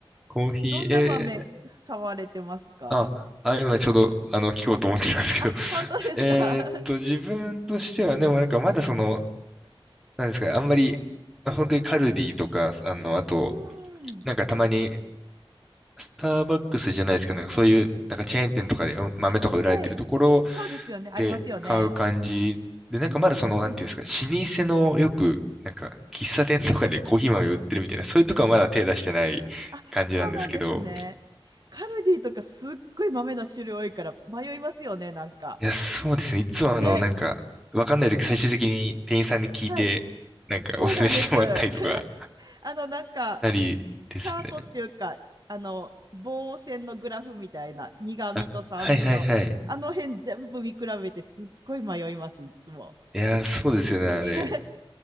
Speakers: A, in the centre; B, on the right (about 45°).
A: コーヒー、
B: どんな豆買われてますか
A: えー、あ、あ、今ちょうど、あの、聞こうと思ってたんですけど、
B: あ、本当ですか
A: <laughs> えーっと、自分としては、でもなんかまだその、なんですかね、あんまり、本当にカルディとか、あの、あと、
B: <laughs> うん。
A: なんかたまにスターバックスじゃないですけど、なんかそういう、なんかチェーン店とかでうん豆とか売られてるところ
B: あ、はい。そうですよね。ありますよね。
A: で買う感じで、なんかまだその、
B: うん。
A: なんていうんですか、老舗のよく、なんか喫茶店とかでコーヒー豆売ってるみたいな、そういうとこはまだ手出してない感じなんですけど、
B: あ、そうなんですね。カルディとかすっごい豆の種類多いから迷いますよね、なんか。
A: いや、そうですね。いつもあの、
B: ね。
A: なんか、わかんないとき最終的に店員さんに聞いて、
B: はい。
A: なんかおすすめしてもらったりとか
B: そうなんです。<laughs> あの、なんか、
A: したりですね。
B: チャートっていうか、あの、棒線のグラフみたいな、苦味と酸味の、
A: あ、はいはいはい。
B: あの辺全部見比べてすっごい迷います、いつも。
A: いや、そうですよね、あれ。
B: <laughs>